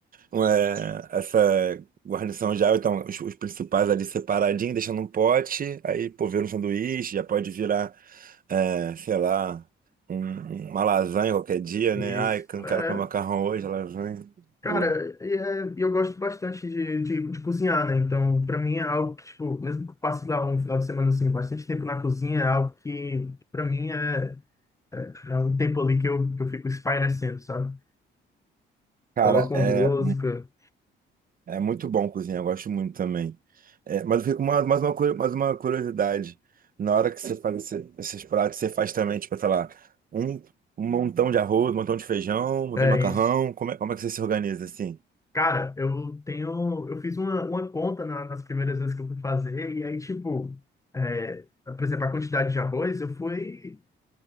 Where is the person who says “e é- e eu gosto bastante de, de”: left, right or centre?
Left